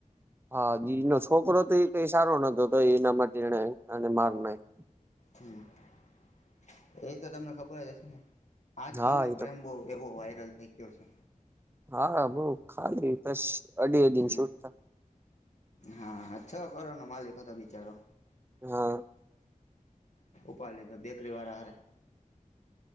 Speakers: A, on the right; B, on the left.
A: હા જીનો છોકરો તો એ કઈ સારો નતો તો એના માટે એને માર નાખ
B: હમ એ તો તમને ખબર જ હશે ને? આજકાલનો
A: હા એ તો
B: પ્રેમ બહુ એવો વાયરલ થઈ ગયો છે.
A: હા બઉ ખાલી બસ અઢી અઢી
B: હમ
A: છૂટા
B: હા છ કરોડ નો માલિક હતો બિચારો.
A: હા
B: ઉપાડ લીધો બેકરી વાળા હારે